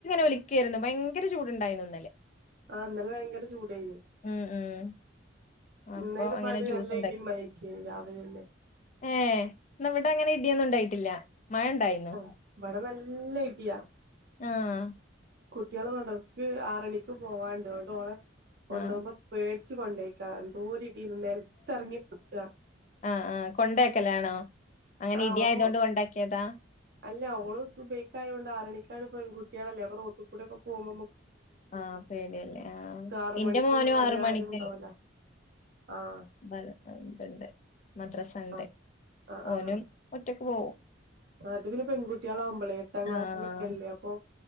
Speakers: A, on the left; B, on the right.
A: വിളിക്കുകയായിരുന്നു ഭയങ്കര ചൂടുണ്ടായിരുന്നു ഇന്നലെ
B: ആ ഇന്നലെ ഭയങ്കര ചൂടായിരുന്നു
A: ഉം ഉം അപ്പൊ
B: ഇന്നേന
A: അങ്ങനെ
B: മാി
A: ജ്യൂസ്
B: എല്ലാം ഇടീമ്മയക്കി രാവിലെ ഒന്നെ
A: ഏഹ ഇവിടെ അങ്ങനെ ഇടിയൊന്നും ഉണ്ടായിട്ടില്ല മഴ ഉണ്ടായിരുന്നോ
B: ആഹ് ഇവടെ നല്ല ഇടിയ
A: ആഹ
B: കുട്ടികള് മാഡ്രസ്സ് ക്ക് ആറു മണിക്ക് പോവാണ്ട് ന്നട്ട് ഓളെ കൊണ്ടൊക്കുമ്പോ
A: ആഹ്
B: പേടി ച് കൊണ്ടോയ്ക്ക എന്ധോരു നെൽത്തറങ്ങി പൊട്ടാ
A: ആഹ ആ കൊണ്ടയാക്കലാണോ അങ്ങനെ
B: ആഹ്
A: ഇടിയയതൊണ്ട്
B: ഓളെ
A: കൊണ്ടാക്കിയതാ
B: അല്ല ഓളു സുബ്ഹിക്കയോണ്ട് ആറണിക്ക അ പെൺകുട്ടികളല്ലേ ക്കൂടെക്കെ പോക
A: ആഹ പേടിയല്ലേ ആഹ
B: ആറ്
A: ഇന്റെ
B: മണിക്കൊന്നും
A: മോനും
B: വല്ല
A: ആറ് മണിക്ക്
B: ആരും ഉണ്ടാവൂല ആഹ്
A: ഇതുണ്ട് മദ് മദ്രസണ്ട്
B: ആഹ് ആഹ്
A: ഓനും
B: ആഹ്
A: ഒറ്റക്ക് പോവും
B: അത് പിന്നെ പെൺകുട്ടികളാവുമ്പളെ എട്ടാം ക്ലാസ്സിലൊക്കെല്ലേ
A: ആഹ്
B: അപ്പൊ